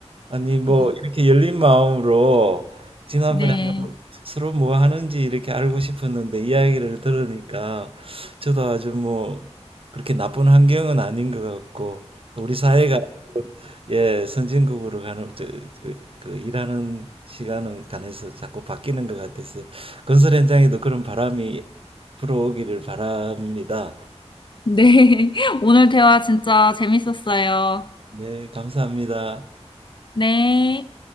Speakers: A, on the right; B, on the left.
A: 아니 뭐
B: 네.
A: 이렇게 열린 마음으로 지난번에
B: 네.
A: 한번 서로 뭐 하는지 이렇게 알고 싶었는데 이야기를 들으니까 저도 아주 뭐 그렇게 나쁜 환경은 아닌 것 같고 또 우리 사회가 예, 선진국으로 가는 저, 저, 그 일하는 시간은 간해서 자꾸 바뀌는 것 같아서 건설 현장에도 그런 바람이 불어오기를 바랍니다.
B: 네. <laughs> 오늘 대화 진짜 재밌었어요.
A: 네, 감사합니다.
B: 네.